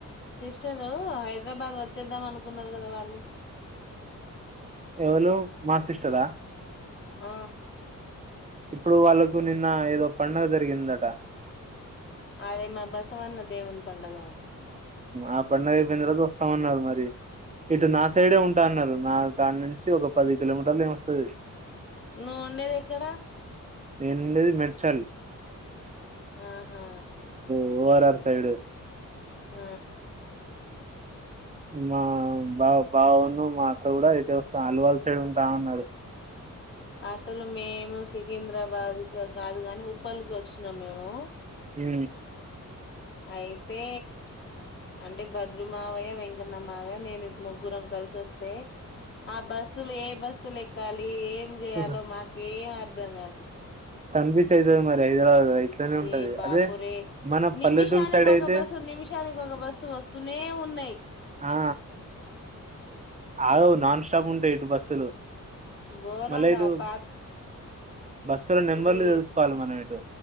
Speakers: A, on the left (about 35°); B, on the right (about 20°).
A: సిస్టరు హైద హైదరాబాద్ వచ్చేద్దాం అనుకున్నారు కదా వాళ్ళు
B: ఎవలూ మా సిస్టర్ ఆ
A: ఆ
B: ఇప్పుడు వాళ్ళకు నిన్న ఏదో పండగ జరిగిందట
A: అరే మా బసవన్న దేవుని పండగ
B: ఆ పండగ అయిపోయిన తరువాత వస్తామన్నారు మరి ఇటు నా సైడే ఉంటా అన్నారు నా కాడ నుంచి ఒక పది కిలోమీటర్లు ఏమి వస్తది
A: ను ఉండేదెక్కడా?
B: నేన్ ఉండేది మేడ్చల్
A: ఆ ఆ
B: ఓ ఆర్ ఆర్ సైడ్
A: ఆ
B: మా బా బావున్ను మా అక్క గూడా ఇట్టే వస్తా అల్వాల్ సైడ్ ఉంటా అన్నారు.
A: అసలు మేము సికింద్రాబాద్కి వ కాదు గని ఉప్పల్కి వచ్చినం మేము
B: హ్
A: అయితే అంటే భద్రుమావయ్య వెంకన్నమావయ్య నేను ముగ్గురం కలిసి వస్తే ఆ బస్సులు ఏ బస్ సు లెక్కాలీ ఏం చేయాలో
B: క
A: మాకేం అర్ధం కాట్లే
B: కన్ఫ్యూజ్ అయితది మరి హైదరాబాద్ ఇట్లనే ఉంటది
A: ఏ బాపురే
B: అదే మన
A: నిమిషానికి
B: పల్లెటూరు సైడ్
A: ఒక
B: అయితే
A: బస్సు నిమిషానికి ఒక బస్సు వస్తూనే ఉన్నయి.
B: ఆ ఆగవు. నాన్ స్టాప్ ఉంటయి ఇటు బస్సులు
A: ఘోరంగా
B: మళ్ళ ఇటు
A: పా
B: బస్సుల నెంబర్లు
A: ఇది
B: తెలుసుకోవాలి మనం ఇటు